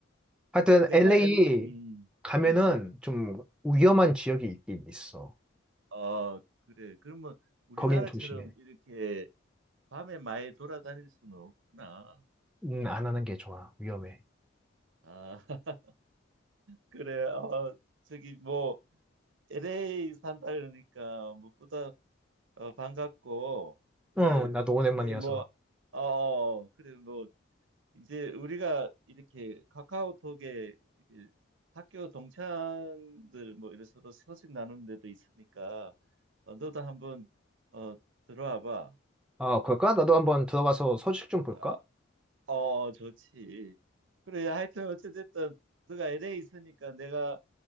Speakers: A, in the centre; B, on the right (about 70°).
A: 하여튼
B: 내가
A: LA
B: 옛, 음,
A: 가면은
B: 음,
A: 좀 위험한 지역이 있긴 있어.
B: 음. 어, 그래. 그러면 우리나라처럼
A: 거긴 조심해.
B: 이렇게 밤에 많이 돌아다닐 수는 없구나.
A: 음, 안 하는 게 좋아. 위험해.
B: 아, <laughs> 그래. 어, 저기 뭐 LA 산다 그러니까 무엇보다 어, 반갑고, 그래,
A: 응, 나도 오랜만이어서.
B: 어떻게 뭐, 어, 어, 그래, 뭐, 이제 우리가 이렇게 카카오톡에 이게 학교 동창들 뭐 이래 서로 소식 나누는 데도 있으니까, 어, 너도 한번, 어, 들어와 봐.
A: 아, 그럴까? 나도 한번 들어가서 소식 좀 볼까?
B: 어, 어, 좋지. 그래, 하여튼 어찌됐든, 너가 LA 있으니까 내가